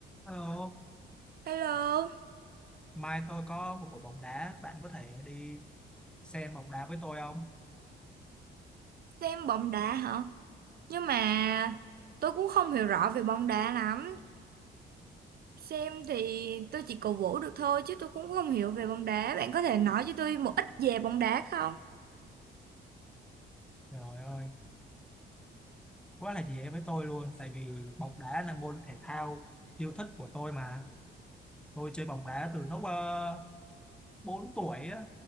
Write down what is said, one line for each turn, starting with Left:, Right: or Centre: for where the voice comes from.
Centre: Hello,
Right: Hello,
Centre: mai tôi có một buổi bóng đá, bạn có thể đi xem bóng đá với tôi không?
Right: xem bóng đá hả? Nhưng mà tôi cũng không hiểu rõ về bóng đá lắm. Xem thì tôi chỉ cổ vũ được thôi chứ tôi cũng không hiểu về bóng đá. Bạn có thể nói cho tôi một ít về bóng đá không?
Centre: Trời ơi, quá là dễ với tôi luôn, tại vì bóng đá là môn thể thao yêu thích của tôi mà. Tôi chơi bóng đá từ lúc uh, 4 tuổi, á,